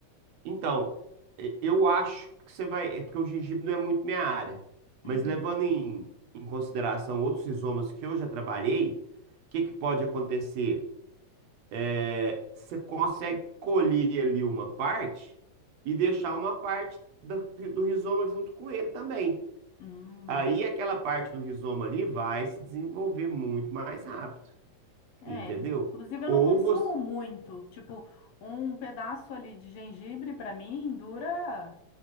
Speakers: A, on the right; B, on the left.
A: então, e- eu acho que você vai, é porque o gengibre não é muito minha área, mas
B: Uhum.
A: levando em, em consideração outros rizomas que eu já trabalhei, o que que pode acontecer? É, você consegue colher ali uma parte e deixar uma parte do, do rizoma junto com ele também.
B: Hum.
A: Aí aquela parte do rizoma ali vai se desenvolver muito mais rápido,
B: É,
A: entendeu?
B: inclusive eu
A: Ou
B: não consumo
A: você.
B: muito. Tipo, um pedaço ali de gengibre para mim dura